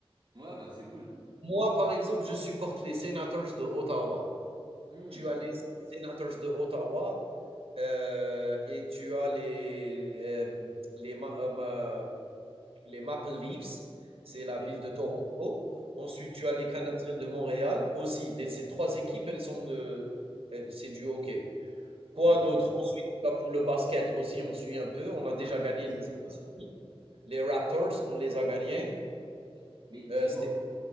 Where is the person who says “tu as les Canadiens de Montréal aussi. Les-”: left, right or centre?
Right